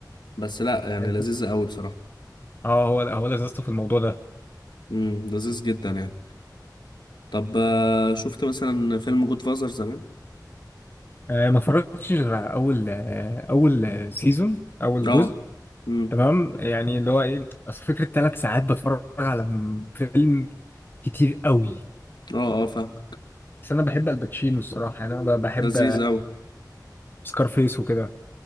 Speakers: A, on the left; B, on the left.
A: بس لا يعني
B: الفكرة-
A: لذيذ قوي بصراحه
B: اه هو هو لذته في الموضوع ده
A: امم لذيذ جدا يعني طب آه، شفت مثلا فيلم جود فازر زمان
B: آه، ما اتفرجتش غير على اول آه، اول آه، سيزون اول
A: اه
B: جزء
A: امم
B: تمام يعني اللي هو ايه اصل فكره ثلاث ساعات بتفرج على م- فيلم كتير قوي
A: اه اه فاهم
B: بس انا بحب الباتشينو الصراحه يعني انا ب- بحب
A: لذيذ اوي
B: سكارفيس وكده